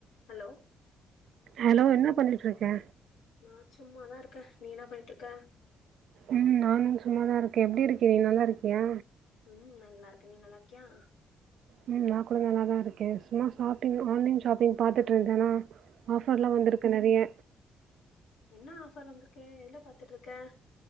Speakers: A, on the left; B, on the right.
A: Hello
B: hello என்ன பண்ணிட்ருக்க
A: அ சும்மாதா இருக்க நீ என்னா பண்ணிட்ருக்க
B: ம் நானு சும்மாதா இருக்கே எப்டி இருக்க நீ நல்லாருக்கியா
A: ம் நல்லார்க்கே நீ நல்லார்க்கியா
B: ம் நா கூட நல்லாதாருக்கே சும்மா ஷாப்பிங் ஆன்லைன் ஷாப்பிங் பாத்துட்ருந்தனா ஆஃபர்ல்லா
A: ம்
B: வந்துருக்கு
A: ம்
B: நறைய
A: என்ன ஆஃபர் வந்துருக்கு எதுல பாத்துட்ருக்க